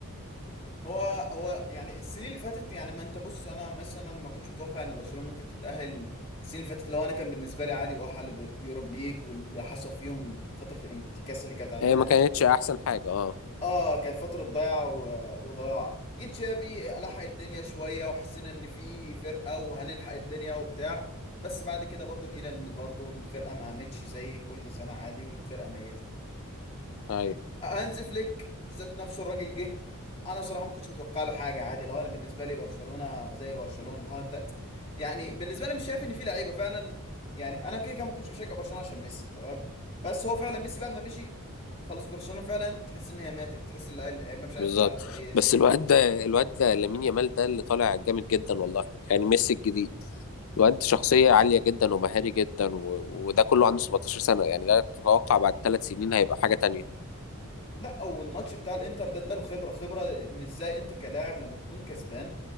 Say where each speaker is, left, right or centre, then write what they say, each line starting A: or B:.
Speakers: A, on the left; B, on the left.
A: هو هو يعني السنين اللي فاتت يعني ما انت بص انا مثلا ما كنتش متوقع ان برشلونة ممكن تتأهل السنين اللي فاتت لو انا كان بالنسبه لي عادي واحل اليوروب ليج واللي حصل فيهم فتره الانتكاسه اللي كانت عندنا
B: هي ما
A: دي
B: كانتش احسن حاجه اه
A: اه كانت فترة ضياع و- وضياع جيت شافي لحق الدنيا شوية وحسينا ان في فرقة وهنلحق الدنيا وبتاع بس بعد كده برضو لقينا ان برضو الفرقة ما قامتش زي كل سنة عادي والفرقة ميتة
B: ايوه
A: هانز فليك ذات نفسه الراجل جه انا صراحه ما كنتش متوقع له حاجه عادي لو انا بالنسبه لي برشلونه زي برشلونه اللي هو انت يعني بالنسبه لي مش شايف ان في لعيبه فعلا يعني انا كده كده ما كنتش بشجع برشلونه عشان ميسي تمام بس هو فعلا ميسي بعد ما مشي خلاص برشلونه فعلا تحس ان هي ماتت تحس ان اللعيبه مش عايزه
B: بالظبط
A: تلعب كويس
B: بس الواد ده الواد ده لامين يامال ده اللي طالع جامد جدا والله يعني ميسي الجديد الواد شخصية عالية جدا ومهاري جدا و... وده كله عنده 17 سنة يعني لا تتوقع بعد ثلاث سنين هيبقى حاجة تانية
A: لا اول ماتش بتاع الانتر ده اداله خبره خبره ان ازاي انت كلاعب لما تكون كسبان